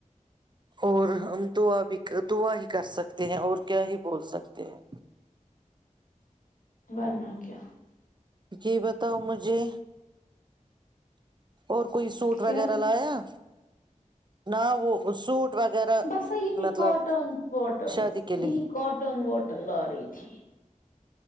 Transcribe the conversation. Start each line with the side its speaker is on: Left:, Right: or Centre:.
Right: اور ہم دعا بھی دعا ہی کر سکتے ہیں اور کیا ہی بول سکتے ہیں
Left: ورنہ کیا
Right: جی بتاؤ مجھے اور کوئی سوٹ وغیرہ
Left: کیا
Right: لایا نا وہ سوٹ وغیرہ
Left: بس ن یہ
Right: مطلب
Left: کاٹنز واٹنز
Right: شادی کے لیے
Left: یہ کاٹن واٹن لار رہی تھی